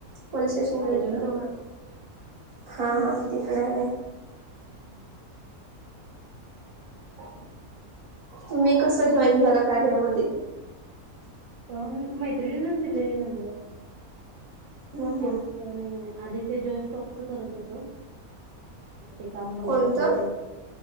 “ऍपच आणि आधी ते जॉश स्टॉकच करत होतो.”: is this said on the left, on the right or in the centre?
Right